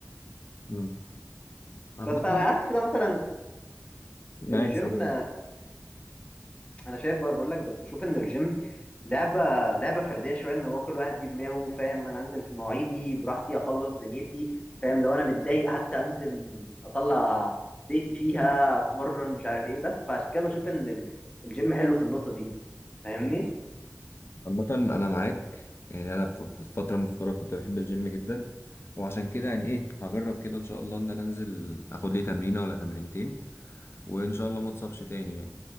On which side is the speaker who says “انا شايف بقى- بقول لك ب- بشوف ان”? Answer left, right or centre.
Left